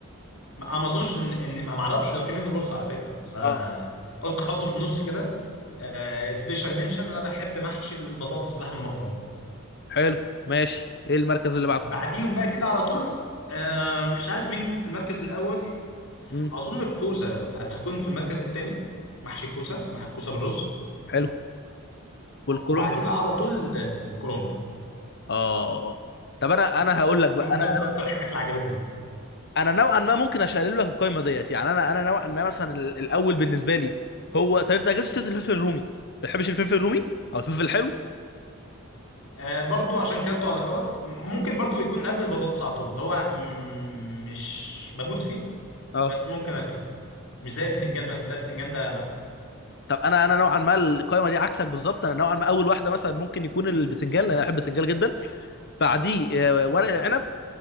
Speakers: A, on the left; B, on the left.
A: ما أنا ما اظنش ان إن- ما معرفش لو في منه رز على فكره بس انا
B: اه
A: قلت احطه في النص كده سبيشال منشن انا بحب محشي البطاطس باللحمه المفرومه
B: حلو ماشي ايه المركز اللي بعده
A: بعديهم بقى كده على طول آه مش عارف مين في المركز الاول
B: امم
A: اظن الكوسه هتكون في المركز الثاني محشي الكوسه مع الكوسه بالرز
B: حلو والكولومب
A: وبعديه
B: في
A: بقى
B: الاول
A: على طول ال- الكرنب
B: اه طب انا انا هقول لك
A: الكرنب
B: بقى انا
A: ده من اكتر
B: انا
A: الحاجات اللي عجبتني
B: انا نوعا ما ممكن اشيل لك القايمه ديت يعني انا انا نوعا ما مثلا ال- الاول بالنسبه لي هو طب انت ما جبتش سيره الفلفل الرومي ما بتحبش الفلفل الرومي او الفلفل الحلو
A: آه برضو عشان كلته على كبر م- ممكن برضو يكون قبل البطاطس على طول اللي هو م- مش بموت فيه
B: اه
A: بس ممكن اكله مش زي البتنجان مثلا لا البتنجان ده لا
B: طب انا انا نوعا ما القايمه دي عكسك بالظبط انا نوعا ما اول واحده مثلا ممكن يكون البتنجان لان انا بحب البتنجان جدا بعديه آه، ورق العنب